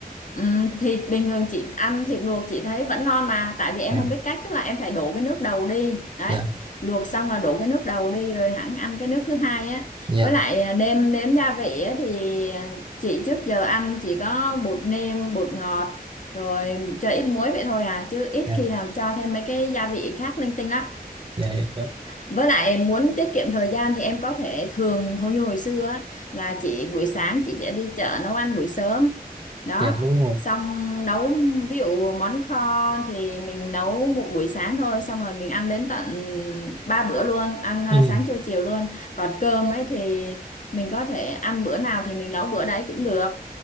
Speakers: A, on the left; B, on the right.
A: Ừ, thịt bình thường chị ăn thịt luộc chị thấy vẫn ngon mà tại vì em
B: dạ
A: không biết cách tức là em phải đổ cái nước đầu đi đấy
B: dạ
A: luộc xong là đổ cái nước đầu đi rồi hẳn ăn cái nước thứ hai á
B: dạ
A: với lại à, nêm nếm gia vị á thì à, chị trước giờ ăn chỉ có bột nêm bột ngọt rồi cho ít muối vậy thôi à chứ ít
B: dạ
A: khi nào cho thêm mấy cái gia vị khác linh tinh lắm
B: dạ dạ dạ
A: với lại muốn tiết kiệm thời gian thì em có thể thường hầu như hồi xưa á, là chị buổi sáng chị sẽ đi chợ nấu ăn buổi sớm đó
B: Dạ, đúng rồi
A: xong nấu ví dụ món kho thì mình nấu một buổi sáng thôi xong rồi mình ăn đến tận ba bữa luôn ăn à,
B: ừ.
A: sáng trưa chiều luôn còn cơm ấy thì mình có thể ăn bữa nào thì mình nấu bữa đấy cũng được